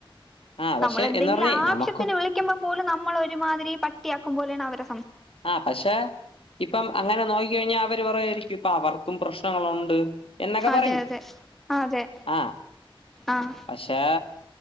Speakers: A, on the left (about 75°); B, in the centre.
A: ആ പക്ഷെ
B: നമ്മളെന്തെങ്കിലും
A: എന്ന് പറഞ്ഞേ
B: ആവശ്യത്തിന്
A: നമുക്ക്
B: വിളിക്കുമ്പോ പോലും നമ്മളെ ഒരുമാതിരി പട്ടിയാക്കും പോലെയാണ് അവര
A: ആ പക്ഷെ ഇപ്പം അങ്ങനെ നോക്ക കഴിഞ്ഞാൽ അവര് പറയായിരിക്കും ഇപ്പൊ അവർക്കും പ്രശ്നം പ്രനങ്ങളുണ്ട് എന്നൊക്കെ
B: അതെ
A: പറയും
B: അതെ അതെ
A: ആഹ
B: ആഹ്
A: പക്ഷെ